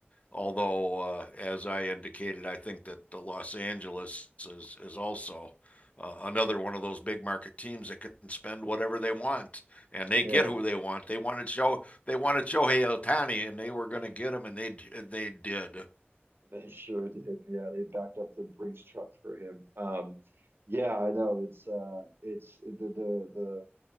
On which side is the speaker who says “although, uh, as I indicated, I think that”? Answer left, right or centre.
Left